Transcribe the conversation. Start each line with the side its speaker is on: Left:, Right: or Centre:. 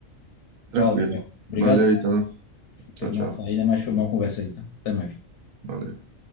Left: Valeu,
Right: tranquilo.
Left: velho.
Right: Valeu,
Left: Obrigado.
Right: Ítalo. Tchau,
Left: Tem
Right: tchau.
Left: que lançar aí né mas foi uma boa conversa aí, tá? Até mais.
Right: Valeu.